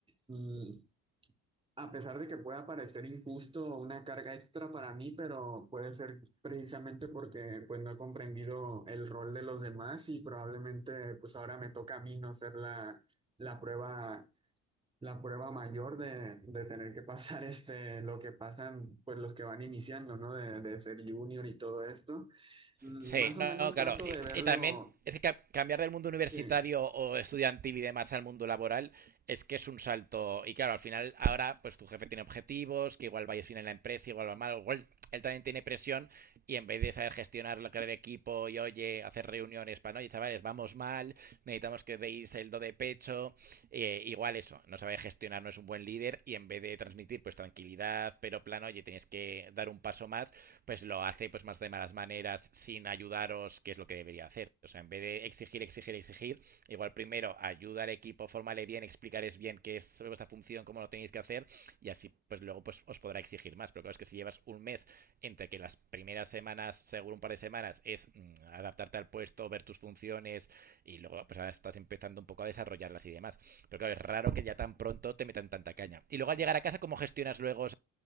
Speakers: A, on the right; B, on the right.
A: Mm, A pesar de que pueda parecer injusto o una carga extra para mí, pero puede ser precisamente porque pues no he comprendido el rol de los demás y probablemente pues ahora me toca a mí no ser la, la prueba, la prueba mayor de, de tener que pasar <laughs> este, lo que pasan pues los que van iniciando, ¿no? De, de ser junior y todo esto. Mm,
B: Sí,
A: Más
B: no,
A: o menos
B: no, claro.
A: trato de verlo.
B: Y, y también es que ca- cambiar del mundo universitario
A: sí,
B: o estudiantil y demás al mundo laboral es que es un salto. Y claro, al final ahora pues tu jefe tiene objetivos, que igual vayas bien en la empresa, igual va mal, igual él también tiene presión y en vez de saber gestionar lo que era el equipo y oye, hacer reuniones para, no, oye, chavales, vamos mal, necesitamos que deis el do de pecho, eh, igual eso, no sabe gestionar, no es un buen líder y en vez de transmitir pues tranquilidad, pero plano, oye, tenéis que dar un paso más, pues lo hace pues más de malas maneras, sin ayudaros, que es lo que debería hacer. O sea, en vez de exigir, exigir, exigir, igual primero ayuda al equipo, formale bien, explicaréis bien qué es vuestra función, cómo lo tenéis que hacer, y así pues luego pues os podrá exigir más. Pero claro, es que si llevas un mes entre que las primeras semanas, seguro un par de semanas, es mm, adaptarte al puesto, ver tus funciones, y luego pues ahora estás empezando un poco a desarrollarlas y demás. Pero claro, es raro que ya tan pronto te metan tanta caña. Y luego al llegar a casa, ¿cómo gestionas luego?